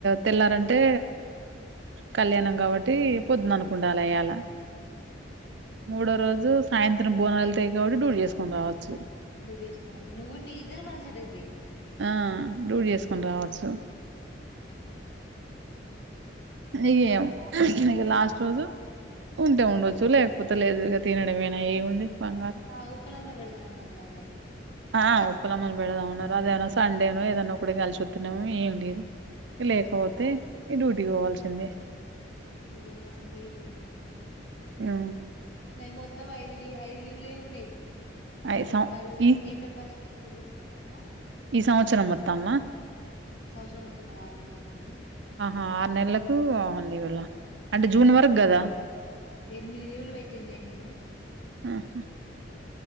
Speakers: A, on the right; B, on the left.
A: తెల్లారంటే కళ్యాణం కాబట్టి పొద్దుంద అనుకుండాల్యలా మూడు రోజు సాయంత్రం బోనాాలాయి కాబట్టి డూర్ చేసుకొని రావచ్చు
B: డ్యూటీ వసుకోనీ నువ్వు నీ ఇద్దరు మనకు సటద్ది
A: ఆ డూడ్ చేసుకొని రావచ్చు నకేమ న లాస్ట్ రోజు ఉంటే ఉండొచ్చు లేకపోతే లేదు ఇక తినడంనా ఏముంది బంగారం
B: ఆ ఉప్పులేమ్మ పెడుదన్నరుగాదే
A: ఆ ఉప్పలమ్మల్ బెద్వున అదేనా సండేనో ఏదన్న ఒకడ కలిసి వస్తున్నామో ఏం లేదు లేకపోతే ఈ డ్యూటీకి పోవాల్సిందే
B: వల్స్ నలీ
A: ఆ
B: న మొత్తం ఐదులీ ఐదు తెలులే ఉన్నాయి ఫ
A: ఈ సం
B: మళ్ళ
A: ఈ
B: ఏపల్ ఫస్ట్ వీక్ కూడా తీసు కుడఆ
A: ఈ సంవత్సరం మొత్తంలా
B: సంవత్సరం మొత్తం కదా ఆరు నెలలకే కాని
A: ఆహా ఆరు నెలలకు ళ అంటే జూన్ వరకు కదా
B: ఎనిమిది లీవులు పెటినే నేను
A: ఉహం